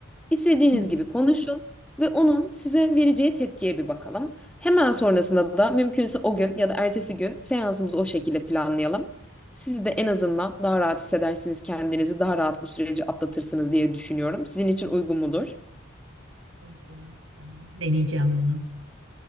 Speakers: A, in the centre; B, on the right.
A: İstediğiniz
B: hı hı hı
A: gibi konuşun ve onun size vereceği tepkiye bir bakalım. Hemen
B: hı
A: sonrasında da mümkünse o gün ya da ertesi gün seansımızı o şekilde planlayalım. Siz
B: hı hı.
A: de en azından daha rahat hissedersiniz kendinizi, daha rahat bu süreci atlatırsınız diye düşünüyorum. Sizin için uygun mudur?
B: Uygun, tamam. <laughs> Deneyeceğim bunu.